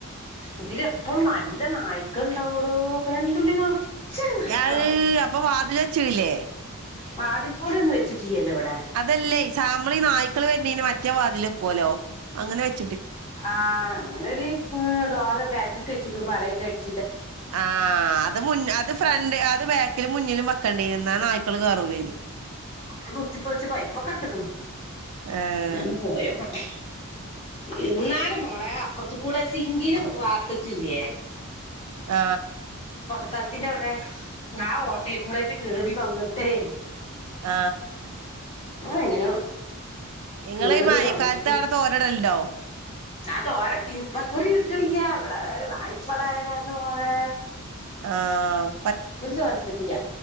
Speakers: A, on the left; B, on the right.
A: ഇതിലെപ്പളും നല്ല നായ്ക്കള്ണ്ടാവു <unintelligible> നായ്ക്കളാവും
B: അഹ്ഹ് അപ്പൊ വാതിലചോയിലെ
A: വാതിൽ പോലെന്നും വെച്ചിട്ടില്ലല്ലോ വടെ
B: അതല്ലേ സാമളി നായ് കള് വരണേന് മറ്റേ വാതില് വെക്കൂല്ലോ അങ്ങനെ വെച്ച്
A: ആ അങ്ങനെ ഒരു ഡോറ് ബാക്കിക്ക് വെച്ചിക്കിണു പലകേക്കടിച്ച്
B: ആ അത് മുന് അത് ഫ്രണ്ട് അത് ബാക്കിലും മുന്നിലും വെക്കണ്ടിരും ന്നാ നായ് ക്കള് കേറൂലിനി
A: റോഡ് കുത്തിപ്പൊളിച്ച് പൈപ്പൊക്കെട്ടിക്ക്ണ്
B: ഏഹ്
A: ഞാനൊന്നു പോയോക്കട്ടെ എന്നാലും മോളെ അപ്പുറത്തുക്കൂടെ സിങ്കിന് വാർത്തിട്ടില്ലയേ
B: ആ
A: സ്ഥലത്തിൻറെ അവിടെ ആ ഓട്ടക്കൂടെയിട്ട് കേറി വന്നട്ടേ
B: ആ
A: റെ എങ്ങനോ
B: നിങ്ങള്
A: കേറി
B: ഈ മഴക്കാലത്ത്
A: വന്നിട്ട്
B: അവിടെ തൊരനിടലുണ്ടോ
A: ഞാൻ തോരൻ ഇട്ടിനു ഇപ്പക്കുറി ഇട്ടടില്ലൃ ഇവിടെ നായ്പ്പട കാരണം മൊളേ
B: ആ
A: കുറച്ച് കാലത്ത് എത്തില്ലൃ